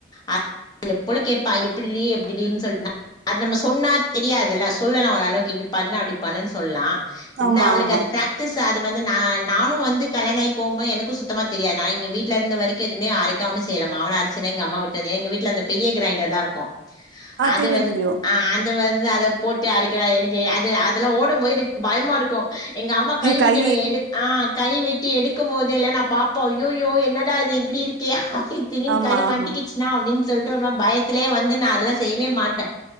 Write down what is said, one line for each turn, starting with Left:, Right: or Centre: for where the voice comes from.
Left: அத் எப்பலோ கேப்பா எப்டிறீ எப்டிடினு சொல்ட் அது நம்ம சொன்னா தெரியாதுல்ல சொல்லலா ஓரளவுக்கு இப்டி பண்ணு அப்டி பண்ணுன்னு சொல்லா இன்னு
Right: ஆமா,
Left: அவளுக்குக்கு
Right: ஆமா.
Left: அது ப்ராக் ட்டிஸ் அது வந்து நா நானு வந்து கல்யாண ஆகி போம்போது எனக்கு சுத்தமா தெரியாது நா எங்க வீட்ல இருந்த வரைக் க்கு எதுமே அரைக்க ஒன்னு செய்ல மாவுல அரச்சன எங்க அம்மா விட்டதே எங்க வீட்ல அந்த பெரிய கிரைண்டர் தா இருக்கு
Right: ஆ
Left: அது
Right: தெரியும்,
Left: வந்
Right: தெரியும்.
Left: அ அந் அது வந்து அத போட்டு அரைக்கிற எனக்கு அது அதெல்லா ஓடும் போது எனக்கு பயமா இருக்கு எங்க அம்மா கைவிட்டு
Right: கை
Left: எடு ஆ கைவிட் டு எடுக்கும் போது எல்லா நா பாம்போ அய்யய்யோ என்னடா இது இப்டி இருக்கே அப்டி திடீர்னு
Right: ஆமா,
Left: கை மாட்டிக்கிச்சு
Right: ஆமா.
Left: ன்னா அப்டின்னு சொல்லிட்டு ஒரு நா பயத்திலே வந்து நா அதெல்லா செய்வே மாட்டே